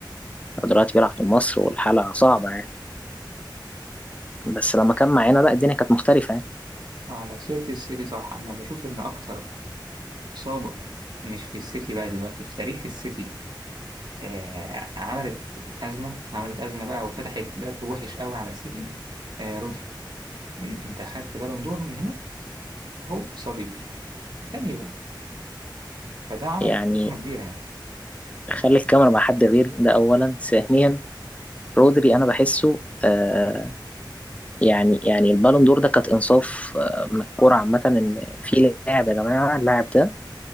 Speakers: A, on the left; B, on the right.
A: هو دلوقتي بيلعب في مصر والحالة صعبة يعني بس لما كان معانا لا الدنيا كانت مختلفة يعني
B: على سيرة السيتي صح أنا بشوف إن أكتر إصابة مش في السيتي بقى دلوقتي في تاريخ السيتي آه عملت أزمة عملت أزمة بقى وفتحت باب وحش قوي على السيتي آه رودري م- أنت أخدت بالون دور من هنا هوب صليبي تاني يوم فده عمل
A: يعني
B: أزمة كبيرة يعني
A: خلي الكاميرا مع حد غيري ده أولا ثانيا رودري أنا بحسه آه يعني يعني البالون دور ده كانت إنصاف آه من الكورة عامة إن في لاعب يا جماعة اللاعب ده